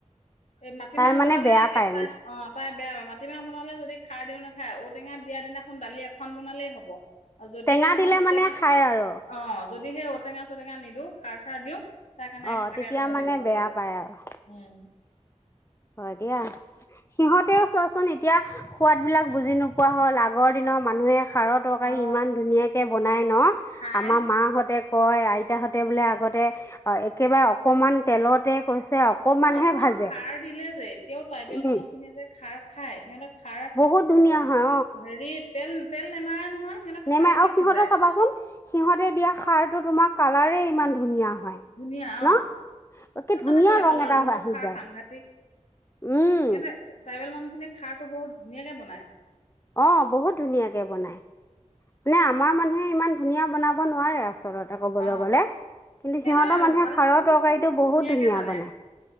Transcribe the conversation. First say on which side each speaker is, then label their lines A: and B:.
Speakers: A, on the left; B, on the left.
A: এই মাটিমাহ
B: তাই মানে
A: বনালে
B: বেয়া পায়
A: <unintelligible>
B: মানে
A: অ' তাই বেয়া পায় মাটি মাহ বনালে যদি খাৰ দিওঁ নাখায়, ঔটেঙা দিয়া দিনাখন দালি এখন বনালেই হ'ব। আৰু যদিহে
B: টেঙা দিলে
A: ঔটেঙা
B: মানে খাই আৰু
A: অ যদিহে ঔটেঙা চৌটেঙা নিদিওঁ, খাৰ চাৰ দিওঁ তাই কাৰণে
B: অ
A: এক্সট্ৰাকে
B: তেতিয়া
A: আকৌ দালি
B: মানে
A: বনাব
B: বেয়া
A: লাগিব,
B: পায় আৰু
A: উম।
B: হয় দিয়া, সিহঁ তেও চোৱাচোন এতিয়া সোৱাদবিলাক বুজি নোপোৱা হ'ল, আগৰ দিনৰ মানুহে খাৰৰ তৰকাৰী
A: অ
B: ইমান ধুনীয়াকে বনাই ন,
A: খাই
B: আমাৰ মাহঁতে কয় আইতাহঁতে বোলে আগতে একেবাৰে অকণমান তেলতে কৈছে অকণমানহে
A: অকমান নহয়
B: ভাজে
A: খাৰ দিলে যে এতিয়াও ট্ৰাইবেল
B: উম
A: মানুহখিনিয়ে যে খাৰ খাই সিহঁতক খাৰ
B: বহুত
A: অ
B: ধুনীয়া হয়
A: হেৰিত তেল-তেল নেমাৰে নহয়। সিহঁতক
B: নেমাৰে
A: খাৰতে
B: আৰু সিহঁতৰ
A: সিজাই
B: চাবাচোন, সিহঁতে দিয়া খাৰটো তোমাৰ কালাৰেই ইমান ধুনীয়া। হয়
A: ধুনীয়া অ'
B: ন
A: সেইটো
B: একে ধুনীয়া
A: কাৰণে কয় আকৌ
B: ৰং
A: লালুঙৰ
B: এটা আহি
A: খাৰ
B: যায়
A: সাংঘাতিক, সিহঁতে
B: উম
A: ট্ৰাইবেল মানুহ খিনিয়ে খাৰ টো বহুত ধুনীয়াকে বনাই।
B: অ' বহুত ধুনীয়াকে বনায়। মানে আমাৰ মানুহে ইমান ধুনীয়া বনাব নোৱাৰে আচল কথা কবলৈ
A: অ
B: গ'লে কিন্তু
A: সিহঁতে
B: সিহঁতৰ মানুহে
A: মানে
B: খাৰৰ
A: চুক
B: তৰকাৰী
A: টোকটো
B: টো বহুত
A: ধুনীয়াকে
B: ধুনীয়া
A: জানে
B: বনাই,